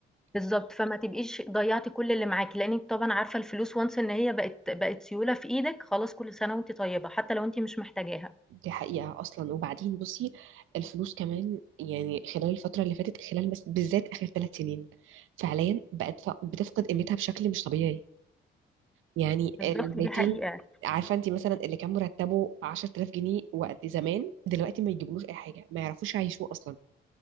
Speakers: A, in the centre; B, on the right.
A: بالضبط، فما تبقيش ضيّعتِ كل اللي معاكِ، لإنِّك طبعًا عارفة الفلوس once إن هي بقت بقت سيولة في إيدِك، خلاص كل سنة وأنتِ طيبة، حتى لو أنتِ مش محتاجاها.
B: دي حقيقة أصلا وبعدين بصي الفلوس كمان يعني خلال الفترة اللي فاتت خلال بس بالذات آخر ثلاث سنين فعليا بقت ف- بتفقد قيمتها بشكل مش طبيعي يعني
A: بالضبط،
B: ال 200
A: دي حقيقة.
B: عارفة انت مثلا اللي كان مرتبه 10000 جنيه وقت زمان دلوقتي ما يجيبلوش أي حاجة ما يعرفوش يعيشوه أصلا